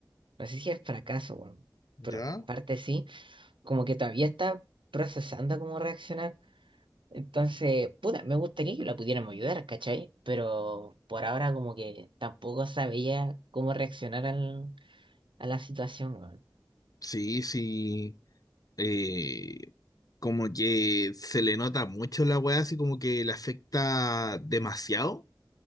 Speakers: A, on the right; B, on the left.
A: No sé si al fracaso, bueno,
B: ¿Ya?
A: pero en parte sí. como que todavía está procesando cómo reaccionar. Entonces, puta, me gustaría que la pudiéramos ayudar, ¿cachai? Pero por ahora como que tampoco sabía cómo reaccionar al- a la situación, weón.
B: Sí, sí. Eh, como que se le nota mucho la weá, así como que le afecta demasiado.